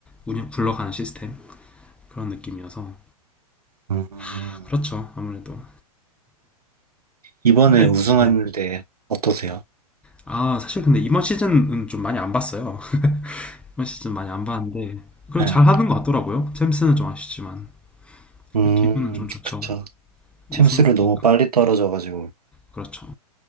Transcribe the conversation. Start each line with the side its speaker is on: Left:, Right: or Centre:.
Centre: 운영 굴러가는 시스템 그런 느낌이어서
Right: 음,
Centre: 아, 그렇죠. 아무래도.
Right: 이번에
Centre: 근데
Right: 우승하는데
Centre: 뭐, 네.
Right: 어떠세요?
Centre: 아, 사실 근데 이번 시즌은 좀 많이 안 봤어요. <laughs> 이번 시즌 많이 안 봤는데 그래도
Right: 네.
Centre: 잘 하는 것 같더라고요. 챔스는 좀 아쉽지만
Right: 음,
Centre: 기분은 좀 좋죠.
Right: 그쵸. 챔스를
Centre: 우승했으니까
Right: 너무 빨리 떨어져가지고.
Centre: 그렇죠.